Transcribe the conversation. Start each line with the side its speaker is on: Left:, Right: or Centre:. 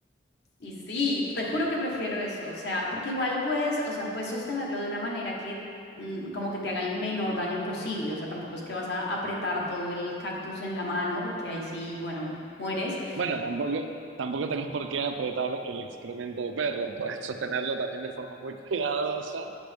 Left: Y sí, te juro que prefiero eso, o sea, porque igual puedes, o sea, puedes sostenerlo de una manera que mm, como que te haga el menor daño posible, o sea, tampoco es que vas a apretar todo el cactus en la mano, porque ahí sí, bueno, mueres.
Right: Bueno, tampoco, tampoco tenés por qué apretar el excremento de perro. Podés sostenerlo también de forma muy <laughs> cuidadosa,